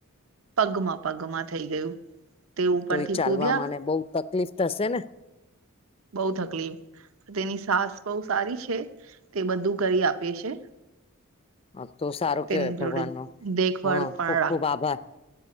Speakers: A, on the right (about 70°); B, on the left (about 25°).
A: પગમાં પગમાં થઈ ગયું. તે ઉપરથી
B: તો એ ચાલવા
A: કૂદ્યા
B: માને બો તકલીફ થશે ને?
A: બો તકલીફ તેની સાસ બઉ સારી છે, તે બધું કરી આપે છે.
B: આતો સારું
A: તેની
B: કેવાય ભગવાન
A: જોડે
B: નો
A: દેખભાળ
B: હા,
A: પણ
B: ખુબ ખુબ આભાર,